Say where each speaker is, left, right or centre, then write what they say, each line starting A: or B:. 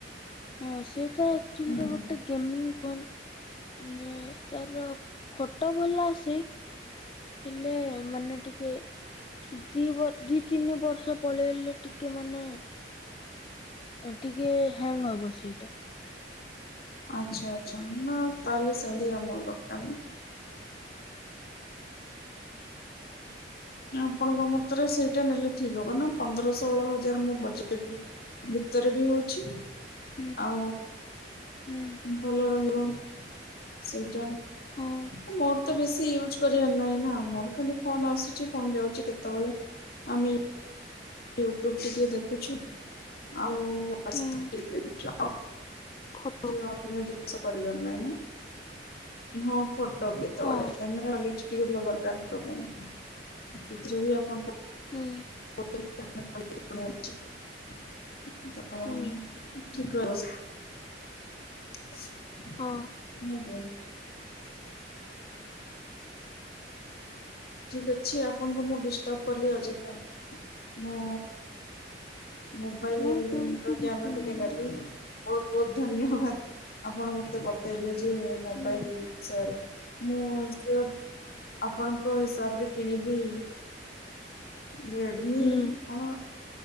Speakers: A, on the left (about 30°); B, on the left (about 55°).
A: ହୁଁ ସେଟା ଆଚୁଆଲି
B: ହୁଁ।
A: ର ଗୋ। ଗୋଟେ ଗେମିଙ୍ଗି ଫୋନ୍ ନେ ତାର ଫଟ ଭଲ ଆସେ। ହେଲେ ମାନେ ଟିକେ ଦି ବ ଦି, ତିନି ବର୍ଷ। ପଳେଇଲେ ଟିକେ ମାନେ। ହଁ ଟିକେ ହ୍ୟାଙ୍ଗ ହବ ସେଇଟା।
B: ଆଚ୍ଛା ଆଚ୍ଛା ନା ତାହେଲେ ସେଙ୍ଗି ଆମର ଦରକାର ନାହିଁ। ଆପଣଙ୍କ ମତରେ ସେଇଟା ନେଲେ ଠିକ୍ ହବ ନା ପନ୍ଦର, ଷୋଳ ହଜାର ମୋ ବଜେଟ୍। ଭିତରେ ବି ହଉଛି
A: ହୁଁ
B: ଆଉ।
A: ହୁଁ
B: ଭଲ ରହିବ ସେଇଟା।
A: ହଁ
B: ମୋର ତ ବେଶୀ ୟୁଜ କରିବାର
A: ହୁଁ
B: ନାହିଁ ନା ମୋର ଖାଲି ଫୋନ ଆସୁଛି ଫୋନ ଯାଉଛି କେତେବେଳେ। ଆମେ ୟୁଟ୍ୟୁବ ଟିକେ ଦେଖୁଛୁ। ଆଉ ଆ <unintelligible>
A: ହୁଁ
B: କିଛି
A: ଫଟୋ
B: ଅନ୍ୟ ଜିନିଷ କରିବାର ନାହିଁ। ହଁ। ଫଟୋ କେତେବେଳେ
A: ହଁ
B: କ୍ୟାମେରା କ୍ୱାଲିଟୀ ଟିକେ ଭଲ ଦରକାର ଫଟ ପାଇଁ ସେଥିରେ ବି ଆପଣ
A: ହୁଁ।
B: <unintelligible>
A: ହୁଁ
B: <unintelligible>
A: ହଁ।
B: ଆଜ୍ଞା। ଠିକ୍ ଅଛି ଆପଣଙ୍କୁ ମୁ ଡିଷ୍ଟର୍ବ କଲି ଅଯଥା। ମୁଁ ମୁୋବାଇଲ
A: ନା ସେମିତି
B: ର
A: କିଛି
B: ଜ୍ଞାନ ଟିକେ
A: ନୁହଁ।
B: ନେବି। ବହୁତ ବହୁତ ଧନ୍ୟବାଦ। ଆପଣ ମତେ ବତେଇଲେ ଯେ ମୋବାଇଲ
A: ହୁଁ
B: ବିସୟରେ ମୁ ଆପଣଙ୍କ ହିସାବରେ କିଣିବି। ରେଡମି
A: ହୁଁ
B: କଣ